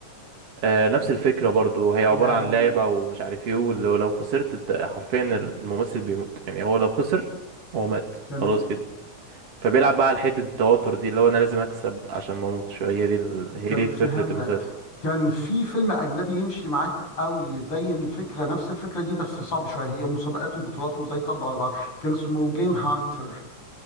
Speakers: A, on the right; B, on the left.
A: آه، نفس الفكرة برضو هي عبارة
B: يعني
A: عن لعبة ومش عارف ايه ولو لو خسرت انت حرفيا الممثل بيموت يعني هو لو خسر هو مات
B: تمام
A: خلاص كده فبيلعب بقى على حتة التوتر دي اللي هو انا لازم اكسب عشان ما اموتش هي دي ال... هي
B: تم
A: دي
B: فهمتك
A: فكرة المسلسل
B: كان في فيلم أجنبي يمشي معاك قوي زي الفكرة نفس الفكرة دي بس صعب شوية هي مسابقات وبطولات وازاي تقضي على بعض كان اسمه جيم هانتر